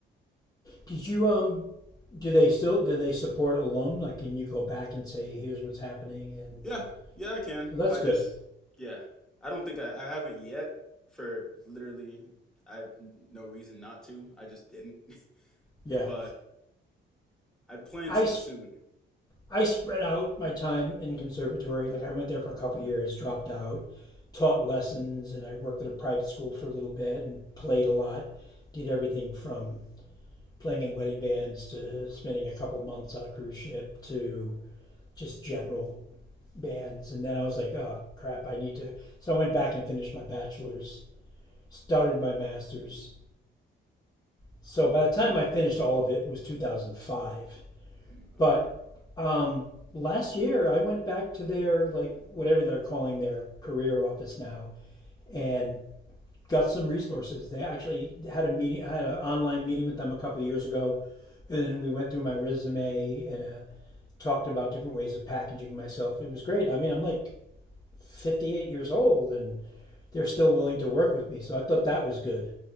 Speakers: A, on the left; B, in the centre.
A: Did you um? Do they still do they support alum? Like, can you go back and say, here's what's happening? And
B: Yeah, yeah, I can.
A: well, that's
B: I
A: good.
B: just, yeah, I don't think I, I haven't yet for literally, I have no reason not to. I just didn't, <laughs>
A: Yeah,
B: but I plan
A: I
B: to soon.
A: I spread out my time in conservatory. Like, I went there for a couple of years, dropped out, taught lessons, and I worked at a private school for a little bit and played a lot. Did everything from playing in wedding bands to spending a couple months on a cruise ship to just general bands. And then I was like, oh crap, I need to. So I went back and finished my bachelor's, started my master's. So by the time I finished all of it, it was 2005.
B: Mm,
A: But
B: okay.
A: um, last year, I went back to their, like, whatever they're calling their career office now, and got some resources. They actually had a meeting, I had an online meeting with them a couple of years ago, and we went through my resume and a talked about different ways of packaging myself. It was great. I mean, I'm like 58 years old and they're still willing to work with me. So I thought that was good,